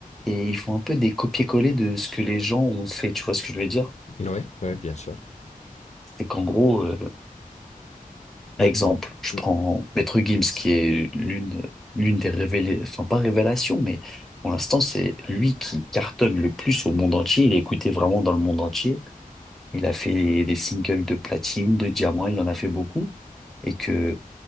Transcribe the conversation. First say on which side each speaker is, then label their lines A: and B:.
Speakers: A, in the centre; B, on the left (about 50°).
A: et ils font un peu des copier-coller de ce que les gens ont fait. Tu vois ce que je veux dire?
B: Oui, ouais, bien sûr.
A: C'est qu'en gros, euh, Par
B: Mais
A: exemple, je
B: mm,
A: prends Maître Gims, qui est l'une l'une des révélations, enfin pas révélation, mais pour l'instant, c'est lui qui cartonne le plus au monde entier. Il est écouté vraiment dans le monde entier. Il a fait des singles de platine, de diamant, il en a fait beaucoup. Et que